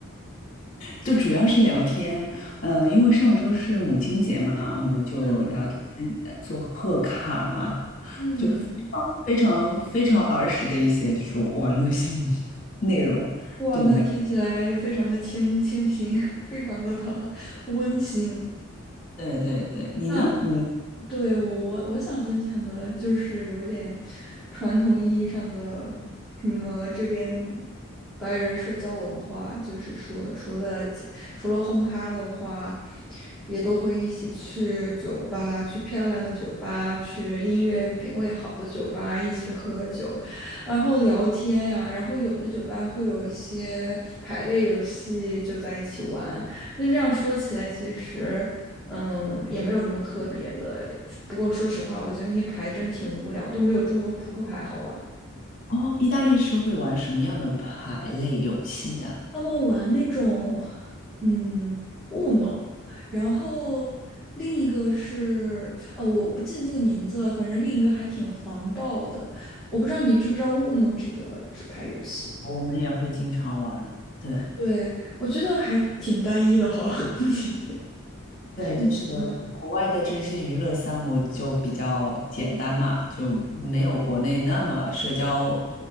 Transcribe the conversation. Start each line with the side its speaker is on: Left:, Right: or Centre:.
Left: 就主要是聊天，呃，因为上周是母亲节嘛，我们就聊天，
Centre: 嗯
Left: 呃做贺卡，
Centre: 嗯，
Left: 就非常非常非常儿时的一些就是玩乐项目内容，
Centre: 哇，
Left: 对没？
Centre: 那听起来非常的清清新，<laughs> 非常的 <laughs> 温馨。
Left: 对对对，你呢？
Centre: 那。
Left: 你
Centre: 对，我我我想分享的就是有点传统意义上的什么这边白人社交文化，就是说除了其除了轰趴的话，也都会一起去酒吧，去漂亮的酒吧，去音乐品味好的酒吧一起喝酒，然后聊天呀、然后有的酒吧会有一些排列游戏，就在一起玩。就这样说起来，其实。嗯，也没有什么特别的。不过说实话，我觉得那些牌真的挺无聊，都没有中国扑克牌好玩。
Left: 哦，意大利是会玩什么样的牌类游戏呀？
Centre: 他们玩那种，嗯 u n 然后另一个是，呃、我不记得那个名字了，反正另一个还挺黄暴的。我不知道你知不知道 u n 这个纸牌游戏？
Left: 我们也会经常玩。对，
Centre: 对，我觉得还挺单一的哈，<laughs> 你
Left: 对，
Centre: 你觉得呢？
Left: 就是国外的这些娱乐项目就比较简单嘛，就没有国内那么社交，